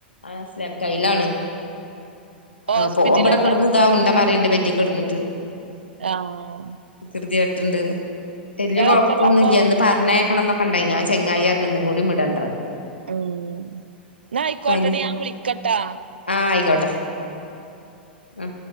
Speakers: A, on the left; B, on the right.
A: ആഹ് സേം കയ്യിലാണ്
B: ഹോസ്പിറ്റലല്ലേ
A: ആഹ് പോമ്പടെ കെടന്ന് ഇതാ ഉണ്ട മറിയണ്ട് ബെഡിൽ കെടന്നിട്ട്
B: ആഹ്
A: വികൃതിയാട്ട്ണ്ണ്ട് വല്യ കൊഴപ്പൊന്നുല്ലന്ന്
B: എത്രയിലാ ഇപ്പൊ
A: പറഞ്ഞയക്കണം ന്നൊക്കെ ഉണ്ടായിന്ന് ആ ചങ്ങായിറഞ്ഞ് ഇന്നും കൂടി വിടണ്ടാന്ന്
B: ഉം ന്ന അയ്ക്കോട്ടെടി
A: പനി
B: ഞാൻ വുളിക്കാട്ട
A: ആഹ് ആയിക്കോട്ടെ ഉം